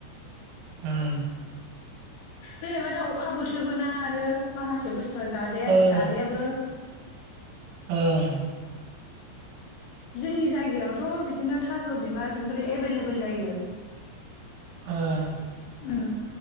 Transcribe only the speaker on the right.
उम।
ओं
ओं।
ओं